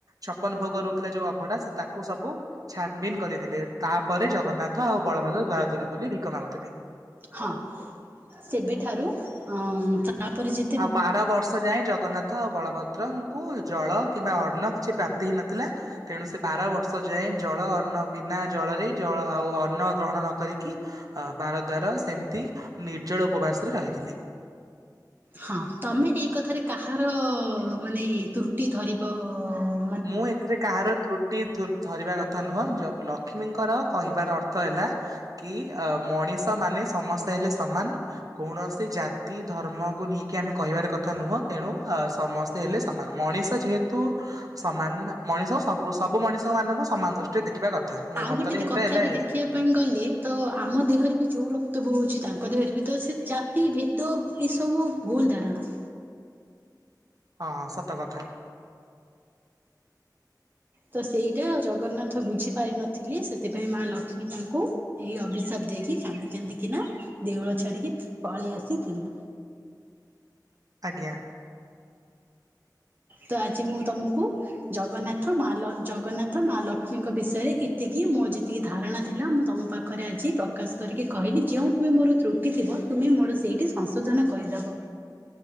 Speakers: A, on the right (about 55°); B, on the right (about 25°).
A: ଛପନ ଭୋଗ ରହୁଥିଲା ଯୋଉ ଅଭଢା, ସେ ତାକୁସବୁ ଛାନବିନ କରିଦେଇଥିଲେ, ତାପରେ ଜଗନ୍ନାଥ ଆଉ ବଳଭଦ୍ର ଦ୍ୱାରଦୁର ବୁଲି ଭିକ ମାଗୁଥିଲେ।
B: ହଁ, ସେବେଠାରୁ ତାପରେ ଯେ
A: ଆଉ ବାରବର୍ଷ ଯାଏଁ, ଜଗନ୍ନାଥ ଆଉ ବଳଭଦ୍ରଙ୍କୁ ଜଳ କିମ୍ବା ଅନ୍ନ କିଛି ପ୍ରାପ୍ତି ହେଇନଥିଲା, ତେଣୁ ସେ ବାରବର୍ଷ ଯାଏଁ, ଜଳ ଅନ୍ନ ବିନା ଜଳରେ ଜଳ ଆଉ ଅନ୍ନ ଗ୍ରହଣ ନକରିକି ଆଉ ବାରଦ୍ୱାର ସେମିତି ନିର୍ଜଳ ଉପବାସରେ ରହିଥିଲେ।
B: ହଁ, ତମେ ଏଇ କଥାରେ କାହାର ମାନେ ତ୍ରୁଟି ଧରିବ ଅ
A: ମୁଁ ଏଥିରେ କାହାର ତ୍ରୁଟି ଟି ଧୁଁ ଧରିବା କଥା ନୁହଁ, ଜ ଲକ୍ଷ୍ମୀଙ୍କର କହିବାର ଅର୍ଥ ହେଲା କି, ଅ ମଣିଷ ମାନେ ସମସ୍ତେ ହେଲେ ସମାନ କୌଣସି ଜାତି ଧର୍ମକୁ ନେଇକି ଆମେ କହିବାର କଥା ନୁହଁ ତେଣୁ ସମ ତେ ହେଲେ ସମାନ ମଣିଷ ଯେହେତୁ ସମାନାନ ମଣିଷ କୁ ସବୁ ସବୁ ମଣିଷ ମାନଙ୍କୁ ସମାନ ଦୃଷ୍ଟିରେ ଦେଖିବା କଥା, ମୋ
B: ଆଉ
A: ମତରେ
B: ଗୋଟେ ଦେ
A: ଏଇଟା
B: କଥା
A: ହେଲା
B: ବି
A: ଏଇଆ
B: ଦେଖିବା ପାଇଁ ଗଲେ ତ ଆମ ଦେହରେ ବି ଯୋଉ ରକ୍ତ ବୋହୁଛି ତାଙ୍କ ଦେହରେ ବି ତ ସେ ଚା ତି ଭେଦ ଏସବୁ ଭୁଲ ଧାରଣା।
A: ହଁ ସତ କଥା।
B: ତ ସେଇଟା ଜଗନ୍ନାଥ ବୁଝିପାରିନଥିଲି ସେଥିପାଇଁ ମା ଲକ୍ଷ୍ମୀ ତାଙ୍କୁ ଏହି ଅଭିଶାପ ଦେଇକି କାନ୍ଦି କାନ୍ଦିିକିନା ଦେଉଳ ଛାଡିକି ପଳେଇ ଆସିଥିଲେ।
A: ଆଜ୍ଞା।
B: ତ ଆଜି ମୁଁ ତୁମକୁ ଜଗନ୍ନାଥ ମାଲ ଜଗନ୍ନାଥ ମା ଲକ୍ଷ୍ମୀଙ୍କ ବିଷୟରେ ଏତିକି ମୋ ଯେତିକି ଧାରଣା ଥିଲା ମୁଁ ତମ ପା ଖରେ ଆଜି ପ୍ରକାଶ କରିକି କହିଲି ଯେଉଁଠୁ ବି ମୋର ତ୍ରୁଟି ଥିବ ତୁମେ ମୋର ସେଇଠି ସଂଶୋଧନ କରିଦେବ।